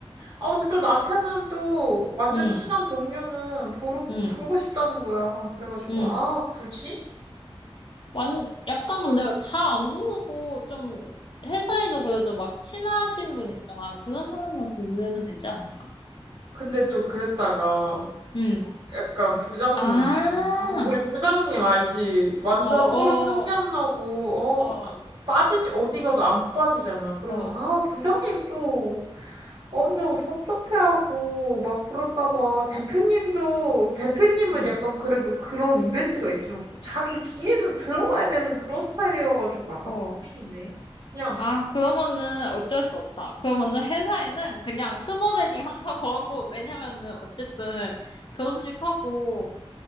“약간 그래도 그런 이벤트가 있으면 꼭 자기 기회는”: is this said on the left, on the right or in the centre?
Right